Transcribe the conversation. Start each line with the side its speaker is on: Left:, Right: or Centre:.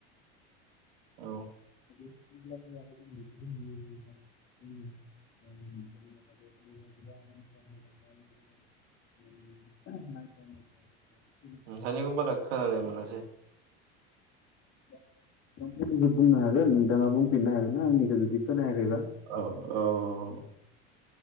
Right: औ
Left: <unintelligible> जों जोंनि हाबआव खामानिाव गोबां मोजांजांनाय मो <unintelligible> <unintelligible>
Right: नोंथांनिखौ बारा खोनानाय मोनासै
Left: नोंथां खनसे जुदि बुंनो हागोन नोंथाङा बुंफिननो हागोन ना आंनि गोेजोन बि खोनायाखैबा
Right: औ औ